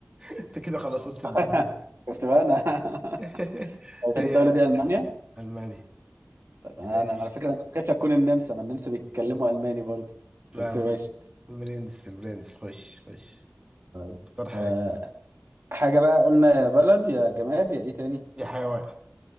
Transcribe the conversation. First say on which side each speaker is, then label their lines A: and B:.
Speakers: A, on the right; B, on the right.
A: انت كده خلاص قلت الدولة
B: <laughs> شفت بقى أنا
A: <laughs>
B: <laughs> طيب
A: هي
B: هل الدولة
A: ألم-
B: دي ألمانيا؟
A: المانيا
B: طيب أنا
A: ماشي
B: أنا أنا على فكرة أنا كنت خايف لا تكون النمسا ما النمسا بيتكلموا ألماني برضه
A: لا
B: بس ماشي
A: بر- برنس برنس خش خش
B: طيب
A: اختار حاجه
B: آه حاجة بقى قلنا يا بلد يا جماد يا ايه تاني
A: يا حيوان